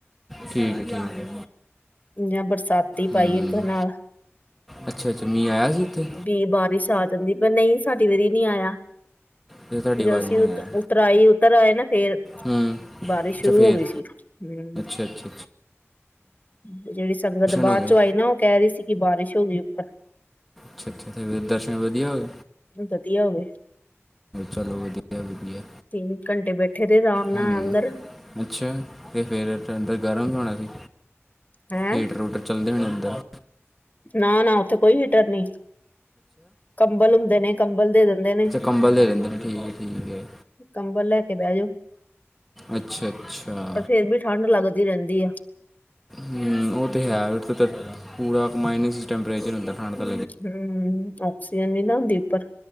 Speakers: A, in the centre; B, on the left.
A: ਠੀਕ ਹੈ ਠੀਕ ਹੈ।
B: ਜਾਂ ਬਰਸਾਤੀ ਪਾਈ
A: ਹੂੰ
B: ਇੱਕ ਨਾਲ
A: ਅੱਛਾ ਅੱਛਾ ਮੀਹ ਆਇਆ ਸੀ ਉੱਥੇ
B: ਵੀ ਬਾਰਿਸ਼ ਆ ਜਾਂਦੀ ਪਰ ਨਹੀਂ ਸਾਡੀ ਵਾਰੀ ਨਹੀ ਆਇਆ
A: ਤੇ ਤੁਹਾਡੀ
B: ਜ
A: ਵਾਰੀ
B: ਅਸੀਂ
A: ਨਹੀਂ ਆਇਆ
B: ਉਤਰਾਈ ਉਤਰ ਆਏ ਨਾ ਫੇਰ
A: ਹੂੰ
B: ਬਾਰਿਸ਼
A: ਅੱਛਾ
B: ਸ਼ੁਰੂ
A: ਫਿਰ
B: ਹੋ ਗਈ ਸੀ ਹ।
A: ਅੱਛਾ ਅਛਾ।
B: ਤੇ ਜਿਹੜੀ ਸੰਗਤ ਬਾਅਦ
A: ਹੋ ਗਏ
B: ਚੋਂ ਆਈ ਨਾ ਉਹ ਕਹਿ ਰਹੀ ਸੀ ਕਿ ਬਾਰਿਸ਼ ਹੋ ਗਈ ਉੱਪਰ
A: ਅੱਛਾ ਅੱਛਾ ਦਰਸ਼ਨ ਵਧੀਆ ਹੋਏ।
B: ਵਧੀਆ ਹੋ ਗਵੇ
A: ਚਲੋ ਵਧੀਆ ਵਧੀਆ
B: ਤਿੰਨ ਘੰਟੇ ਬੈਠੇ ਰਹੇ ਰਾਮ ਨਾਲ
A: ਹੂੰ
B: ਅੰਦਰ
A: ਅੱਛਾ ਅਤੇ ਫਿਰ ਅੰਦਰ ਗਰਮ ਵੀ ਹੋਣਾ ਸੀ
B: ਹੈਂ
A: ਹੀਟਰ ਹੂਟਰ ਚੱਲਦੇ ਵੀ ਨਹੀਂ ਅੰਦਰ
B: ਨਾ ਨਾ ਉੱਥੇ ਕੋਈ ਹੀਟਰ ਨੀ ਕੰਬਲ ਹੁੰਦੇ ਨੇ ਕੰਬਲ ਦੇ ਦਿੰਦੇ ਨੇ
A: ਕੰਭਲ ਦੇ ਦਿੰਦੇ ਨੇ ਠੀਕ ਹੈ ਠੀਕ ਹੈ
B: ਕੰਬਲ ਲੈ ਕੇ ਬਹਿ ਜਾਓ
A: ਅੱਛਾ ਅੱਛਾ।
B: ਪਰ ਫੇਰ ਵੀ ਠੰਢ ਲੱਗਦੀ ਰਹਿੰਦੀ ਆ।
A: ਹੁ ਉਹ ਤੇ ਹੈ ਤਾਂ ਪੂਰਾ ਮਾਈਨਸ ਟੈਂਪਰੇਚਰ ਹੁੰਦਾ ਠੰਡ ਦਾ।
B: ਹੁ ਹੁ ਆਕਸੀਜਨ ਨੀ ਨਾ ਹੁੰਦੀ ਉਪਰ।